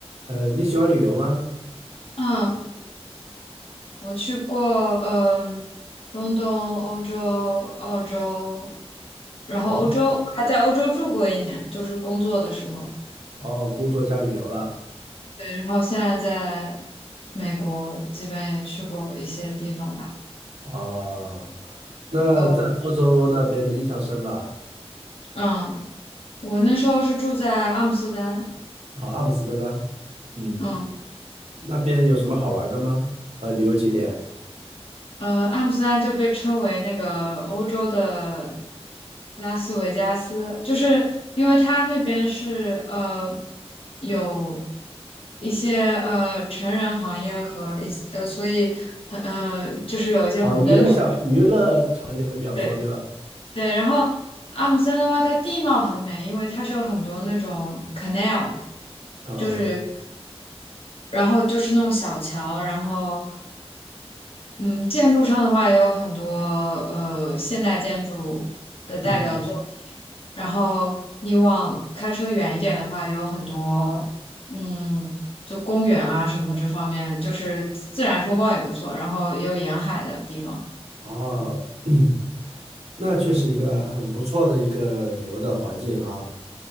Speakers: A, on the right; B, on the left.
A: 呃，你喜欢旅游吗？
B: 嗯，我去过，嗯，中东、欧洲、澳洲，然后欧洲还在欧洲住过一年，
A: 哦
B: 就是工作的时候。
A: 哦，工作加旅游了。
B: 对，然后现在在美国，基本也去过一些地方吧。
A: 哦，那在欧洲那边的印象深吧？
B: 有，嗯，我那时候是住在阿姆斯特丹，
A: 啊，阿姆斯特丹，嗯，
B: 嗯，
A: 那边有什么好玩的吗？和旅游景点？
B: 呃，阿姆斯特丹就被称为那个欧洲的拉斯维加斯，就是因为它那边是呃有一些呃成人行业和一些呃，所以很呃就是有一些红灯区，
A: 哦，娱乐项娱乐场景会比较多，
B: 对
A: 对吧？
B: 对。然后阿姆斯特丹的话，它地貌很美，因为它是有很多那种 canal，
A: 哦，
B: 就是然后就是那种小桥，然后嗯，建筑上的话也有很多呃现代建筑的代表作品，
A: 嗯，
B: 然后你往开车远一点的话，有很多嗯，就公园啊什么这方面，就是自然风光也不错，然后也有沿海的地方。
A: 哦，<clears throat> 那确实一个很不错的一个旅游的环境哈。